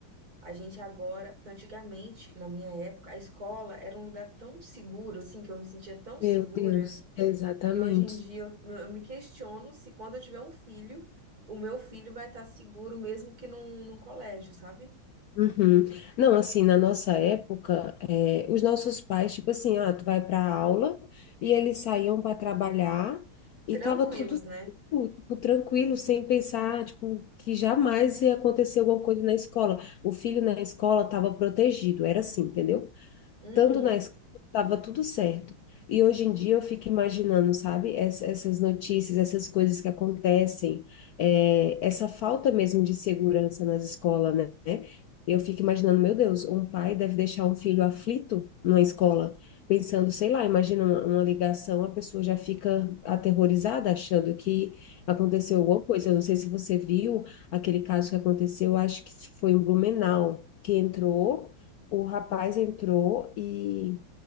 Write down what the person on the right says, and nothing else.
a gente agora, porque antigamente, na minha época, a escola era um lugar tão seguro, assim, que eu me sentia tão segura.
E hoje em dia eu, eu me questiono se quando eu tiver um filho, o meu filho vai estar seguro mesmo que num, num colégio, sabe?
Tranquilos,
né?
Uhum.